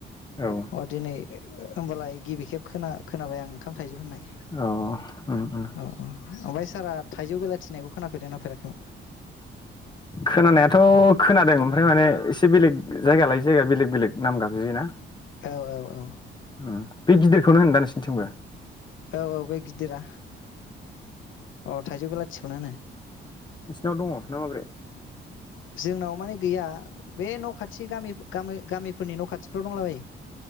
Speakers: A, on the left; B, on the left.
A: औ
B: अ दिनै ए। ओ होमबालाय गिबि खेब खोना खोनाबाय आं ओंखाम थाइजौ होननाय
A: औ उम उम
B: अ अ ओमबाय। सारा थाइजौ बेलाथिनायगौ खोनाफेरदों ना फेराखैमोन।
A: खोनानायाथ खोनादों ओमफ्राय माने इस बे बेलेग जायगा लायो जयगा बेलेग बेलेग। नाम गाबजियो ना?
B: औ औ औ
A: उ। बे गिदिरखौनो होनदा नोंसिनथिंबो।
B: औ औ बै गिदिरा। अ थाइजौ बेलाथिखौनो होनो।
A: नोंसिनाव दङ ना माब्रै
B: जोंनाव माने गैया। बे न खाथि गामि ग गामि गामिफोरनि न खाथिफ्राव दंला बायो।